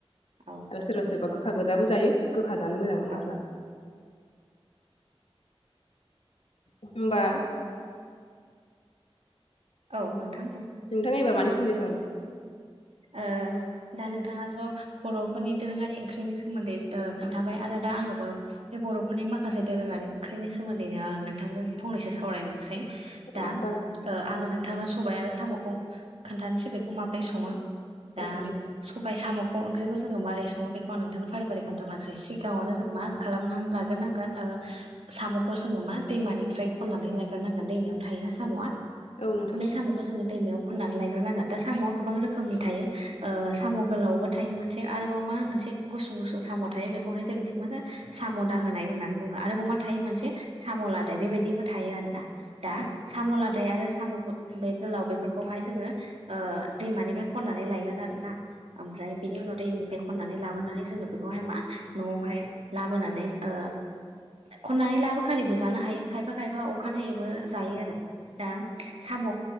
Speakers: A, on the right; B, on the left.
A: औ औ
B: आरो सोरबा सोरबा गो गोखा गोजाबो जायो गोखा जानो मोजां मोनग्राफ्रा
A: औ
B: होनबा
A: औ नोंथां बुं।
B: नोंथाङा एबार मानि सोमोन्दै सावरायनो
A: ओ दानि नोंथाङा स बर'फोरनि दोरोङारि ओंख्रिनि सोमोन्दै ओ खोन्थाबाय आरो दा आंबो बे बर'फोरनि माखासे दोरोङारि ओंख्रिनि सोमोन्दैनो आरो नोंथांजों फंनैसो सावरायनोसै दा
B: औ जागोन
A: ओ आङो नोंथांनो सबाय आरो सामखौ खोन्थानोसै बेखौ माबोरै सङो। दा
B: औ दे
A: सबबाय साम अ ओंख्रिखौ जोङो मारै सङो बेखौ आं नोंथांनो फारि फारि खोन्थालांसै सिगाङावनो जों मा खालामनानै लाग्रोनांगोन ओ साम'खौ जोङो मा दैमानिफ्राय खननानै लायग्रोनांगोन दैमायाव थायोना साम'आ?
B: औ नोंथां
A: बे साम'खौ जोङो दैमायाव खननानै लायग्रोनांगोन। दा साम'आ गोबां रोखोमनि थायो साम' गोलावबो थायो मोनसे आरोबाव मा मोनसे एसे गुसुं गुसुं साम' थायो बेखौहाय जोंनिथिं मा होनो साम' दाहोनाय होननानै बुङो आरोबाव मा थायो मोनसे साम' लादाय बेबायदिबो थायो आरोना दा साम' लादाय आरो साम' बे गोलाव बेफोरखौहाय जोङो दैमानिफ्राय खननानै लायगोन आरो ना ओमफ्राय बिनि उनाव दैनिफ्राय खननानै लाबोनानै जोङो बेखौहाय मा न'आवहाय लाबोनानै ओ खननानै लाबो खालिबो जानो हायो खायफा खायफा अखानायैबो जायो आरो दा साम'